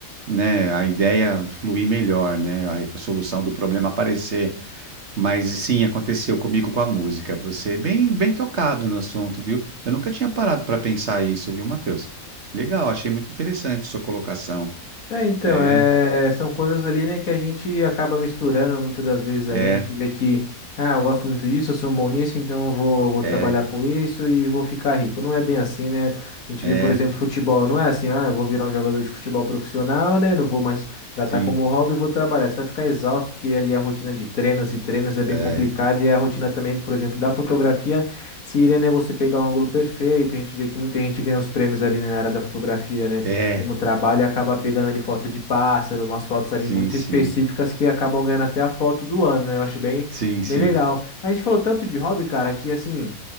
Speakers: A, on the right; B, on the left.
A: né, a ideia fluir melhor, né, a solução do problema aparecer mas sim, aconteceu comigo com a música. Você é bem, bem tocado no assunto, viu? Eu nunca tinha parado para pensar isso, viu, Matheus? Legal, achei muito interessante sua colocação.
B: É, então,
A: É,
B: é, são coisas ali, né, que a gente acaba misturando muitas das vezes
A: é,
B: ali. A gente vê que, ah, eu gosto muito disso, eu sou um bom nisso, então eu vou, vou trabalhar
A: é,
B: com isso e vou ficar rico. Não é bem assim, né? A gente
A: é,
B: vê, por exemplo, futebol, não é assim, ah, eu vou virar um jogador de futebol profissional, né? Não vou mais tratar
A: sim,
B: como um hobby, vou trabalhar. Você vai ficar exausto, porque ali é a rotina de treinos e treinos é bem
A: é,
B: complicada e é a rotina também, por exemplo, da fotografia seria, né, você pegar um ângulo perfeito. A gente vê que muita gente ganha os prêmios ali, né, na área da fotografia, né?
A: é,
B: como trabalho e acaba pegando ali foto de pássaro, umas fotos ali
A: sim,
B: muito
A: sim,
B: específicas que acabam ganhando até a foto do ano, né? Eu acho bem,
A: sim, sim.
B: bem legal. A gente falou tanto de hobby, cara, que assim.